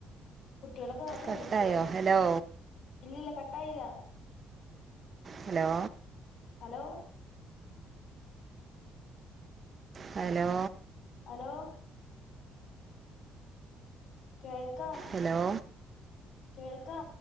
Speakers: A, on the left; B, on the right.
A: കുട്ട്യാളൊക്കെ നന്നായിട്ട്
B: കട്ടായോ
A: പടിക്കോ
B: ഹലോ
A: ഇല്ലി ല്ല കട്ടായില്ല
B: ഹലോ
A: ഹലോ
B: ഹലോ
A: ഹലോ കേൾക്കാം
B: ഹലോ
A: കേൾക്കാം